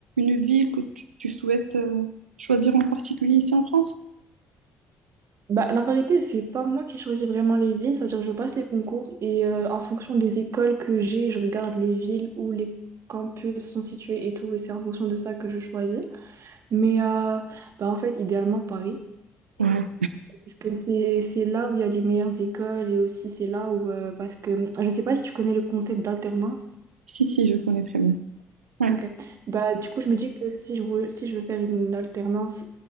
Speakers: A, on the right; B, on the right.
A: une ville que tu, tu souhaites euh, choisir en particulier ici en France?
B: bah, la vérité c'est pas moi qui choisis vraiment les villes c'est-à-dire je passe les concours et euh, en fonction des écoles que j'ai je regarde les villes où les campus sont situés et tout et c'est en fonction de ça que je choisis Mais euh, bah en fait, idéalement Paris,
A: Ouais.
B: parce que c'est c'est là où il y a les meilleures écoles et aussi c'est là où, euh, parce que je ne sais pas si tu connais le concept d'alternance.
A: Si, si, je connais très bien. Ouais,
B: Ok. Bah, du coup, je me dis que si je veux, si je veux faire une alternance,